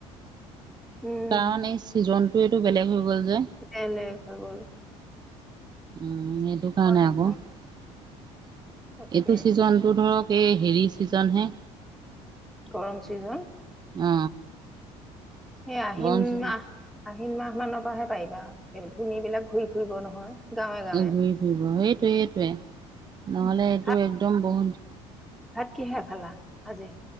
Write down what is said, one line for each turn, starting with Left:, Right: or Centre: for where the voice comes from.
Centre: উম
Right: কাৰণ এই চিজনটো এইটো বেলেগ হৈ গ'ল যে
Centre: বেলেগ হৈ গ'ল
Right: উম সেইটো কাৰণে
Centre: হয়
Right: আক
Centre: আকৌ
Right: এইটো
Centre: তাকে
Right: চিজন টো ধৰক এই হেৰি ছিজনহে
Centre: গৰম চিজন
Right: অ
Centre: এই আহিন
Right: গৰম চিজন
Centre: মাহ আহিন মাহ মানৰ পৰাহে পাৰিবা, এই ধুনী বিলাক ঘূৰি ফুৰিব নহয় গাঁৱে গাঁৱে
Right: ঘূৰি ফুৰিব সেইটোৱে সেইটোৱে নহলে
Centre: উম,
Right: এইটো
Centre: ভাত
Right: একদম বহুত
Centre: ভাত কিহেৰে খালা আজি?